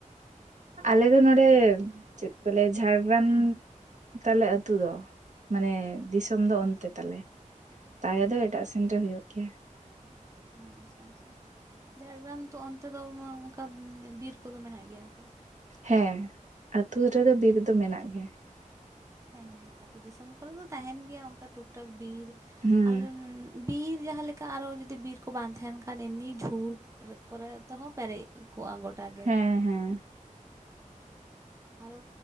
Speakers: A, on the right; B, on the right.
A: ᱟᱞᱮ ᱫᱚ ᱱᱚᱰᱮᱻ ᱪᱮᱫ ᱠᱚ ᱞᱟᱹᱭᱟ ᱡᱷᱟᱲᱜᱨᱟᱢ ᱛᱟᱞᱮ ᱟᱹᱛᱩ ᱫᱚ, ᱢᱟᱱᱮ ᱫᱤᱥᱚᱢ
B: ᱚ
A: ᱫᱚ ᱚᱱᱛᱮ
B: ᱟᱪᱪᱷᱟ
A: ᱛᱟᱞᱮ᱾ ᱛᱟᱦᱮᱸ ᱫᱚ ᱮᱴᱟᱜ ᱥᱮᱱ ᱨᱮ ᱦᱩᱭᱩᱜ ᱜᱮᱭᱟ᱾
B: ᱚᱸᱻ ᱟᱪᱪᱷᱟ ᱟᱪᱪᱷᱟ᱾ ᱡᱷᱟᱲᱜᱨᱟᱢ ᱛᱚ ᱚᱱᱛᱮ ᱫᱚ, ᱚᱱᱠᱟ ᱵᱤᱨ ᱠᱚᱫᱚ ᱢᱮᱱᱟᱜ ᱜᱮᱭᱟ ᱛᱚ?
A: ᱦᱮᱸ ᱟᱹᱛᱩ ᱨᱮᱫᱚ ᱵᱤᱨ ᱫᱚ ᱢᱮᱱᱟᱜ ᱜᱮᱭᱟ᱾
B: ᱦᱮᱸ ᱟᱹᱛᱩ ᱫᱤᱥᱚᱢ ᱠᱚᱨᱮ ᱫᱚ ᱛᱟᱦᱮᱱ ᱜᱮᱭᱟ ᱚᱱᱠᱟ ᱴᱩᱠ ᱴᱟᱠ ᱵᱤᱨ
A: ᱦᱩᱸ
B: ᱟᱨ ᱵᱤᱨ ᱡᱟᱦᱟᱸ ᱞᱮᱠᱟ ᱟᱨᱚ ᱡᱩᱫᱤ ᱵᱤᱨ ᱠᱚ ᱵᱟᱝ ᱛᱟᱦᱮᱱ ᱠᱷᱟᱱ ᱮᱢᱱᱤ ᱡᱷᱩᱲ ᱠᱚᱨᱮ ᱛᱮᱦᱚᱸ ᱯᱮᱨᱮᱡ ᱠᱚᱜ-ᱟ ᱜᱚᱴᱟ ᱜᱮ᱾
A: ᱦᱮᱸ ᱦᱮᱸ <unintelligible>
B: ᱟᱨᱚ